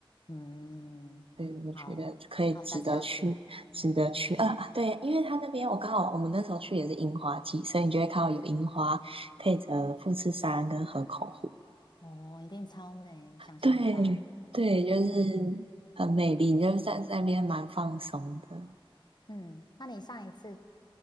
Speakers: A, on the left (about 50°); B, on the right (about 75°).
A: 嗯，
B: 对，我觉得可以值得去，
A: 好，那我下次要去。
B: 值得去啊！
A: <laughs>
B: 啊对，因为他那边我刚好我们那时候去也是樱花季，所以你就会看到有樱花配着富士山跟河口湖。
A: 哦，一定超美，想象得到。
B: 对对，就是很美丽，
A: 嗯
B: 你就是在在那边蛮放松的。
A: 嗯，那你上一次